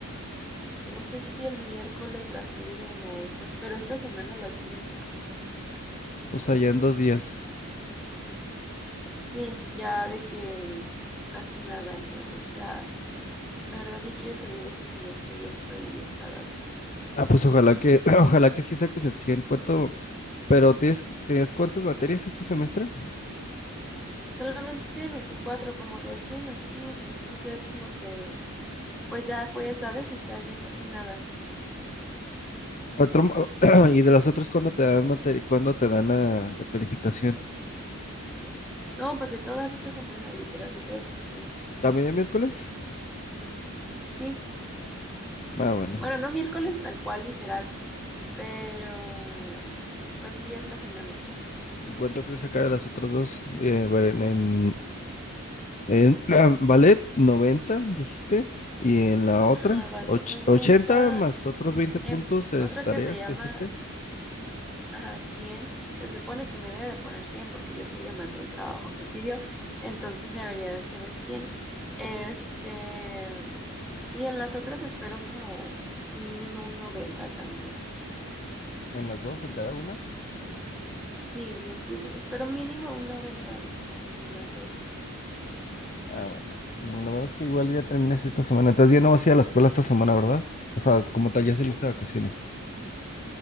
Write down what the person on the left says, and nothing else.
O sea, ya en dos días.
Ah, pues ojalá que, <clears throat> ojalá que sí saques el 100. ¿Cuánto? Pero tienes, ¿tenías cuántas materias este semestre?
Cuatro. mo- <clears throat> ¿Y de las otras cuándo te dan materia, cuándo te dan la, la calificación?
¿También el miércoles?
Ah, bueno.
¿Y cuánto crees sacar a las otras dos? Eh, bueno, en, En <clears throat> ballet, 90 dijiste. Y en la otra,
och-
80 más otros 20
puntos de
tareas
que dijiste.
En las dos, en cada una.
Ah, bueno, pues lo bueno es que igual ya terminas esta semana. Entonces ya no vas a ir a la escuela esta semana, ¿verdad? O sea, como tal, ya saliste de vacaciones.